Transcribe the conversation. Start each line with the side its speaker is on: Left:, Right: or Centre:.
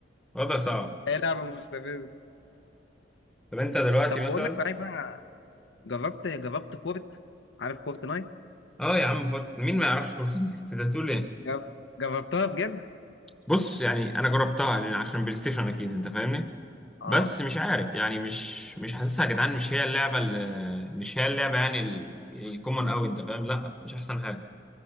Centre: وضع صعب
Left: هي لعبه مستفزه
Centre: طب انت دلوقتي
Left: طب
Centre: مثلا
Left: بقول لك صحيح بقى جربت جربت فورت عارف فورت نايت
Centre: اه يا عم فورت مين ما يعرفش فورتنايت <laughs> انت بتقول ايه
Left: جر- جربتها بجد
Centre: بص يعني انا جربتها لان عشان بلاي ستيشن اكيد انت فاهمني
Left: اه
Centre: بس مش عارف يعني مش مش حاسسها يا جدعان مش هي اللعبه اللي مش هي اللعبه يعني ال- الكومن قوي انت فاهم لا مش احسن حاجه